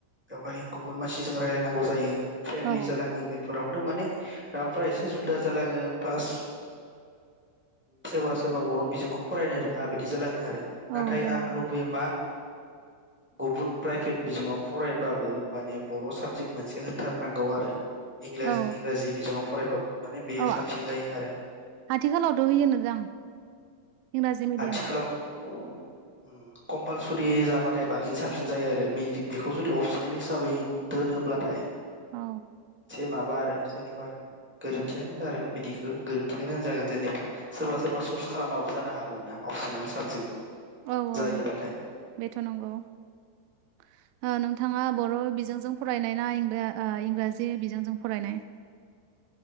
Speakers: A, in the centre; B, on the right (about 85°).
A: बेवहाय गुबुन मासिजों रायलायनांगौ जायो। फ्रेन्डलि
B: औ
A: जालाङो बेफोरावनो माने रावफ्रा एसे जुदा जालाङो पास सोरबा सोरबा बर' बिजोंखौ फरायनो रोङा बिदि जालाङो आरो। नाथाय
B: औ जालाङो
A: आं लुबैयो मा गुबुन प्राइभेट बिजोङाव फरायब्लाबो माने बर' साबजेक्ट मोनसे होथारनांगौ आरो। इंराज
B: औ
A: इंराजि बिजोङाव फरायबाबो माने बेयो
B: औ
A: साबसिन जायो आरो।
B: आथिखालावथ' होयोनोदां इंराजि मिडियामाव
A: आथिखालाव उम कमपालसरि फ्रि जाबाथाय बांसिन साबसिन जायो आरो बि बेखौ जुदि अपसनेल हिसाबै दोनोब्लाथाय
B: औ।
A: माबा आरो जेनेबा गोरोन्थियानो आरो बिदिखो गोरोन्थिखौनो होनजागोन जेनेबा सोरबा सोरबा सुस खालामाबो जानो हा गौना अपसनेल साबजेक्ट
B: औ औ
A: जायोबाथाय
B: बेथ' नंगौ ओह नोंथाङा बर' बिजोंजों फरायनाय ना इं रा ओ इंराजि बिजोंजों फरायनाय।